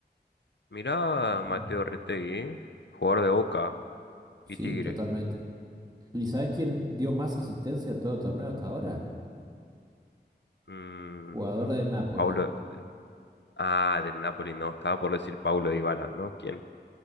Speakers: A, on the left (about 85°); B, on the right (about 20°).
A: Mirá, Mateo
B: <clears throat>
A: Retegui, ¿eh? Jugador de Boca
B: Sí,
A: y Tigre.
B: totalmente. ¿Y sabes quién dio más asistencia en todo torneo hasta ahora?
A: Mm,
B: Jugador del Napoli.
A: Paulo. Ah, del Napoli, no. Estaba por decir Paulo Dybala, ¿no? ¿Quién?